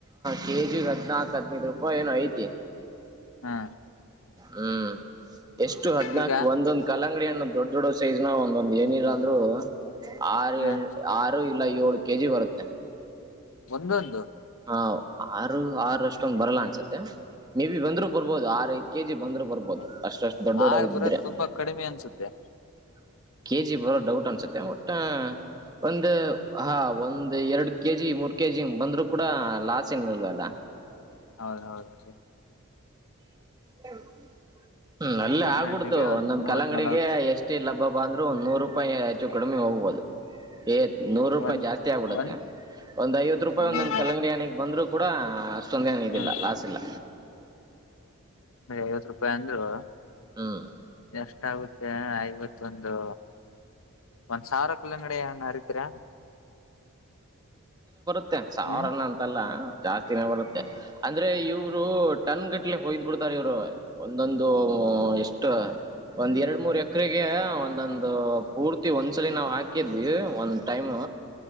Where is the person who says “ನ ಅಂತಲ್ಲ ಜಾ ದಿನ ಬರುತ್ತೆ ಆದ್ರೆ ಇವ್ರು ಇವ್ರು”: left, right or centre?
Right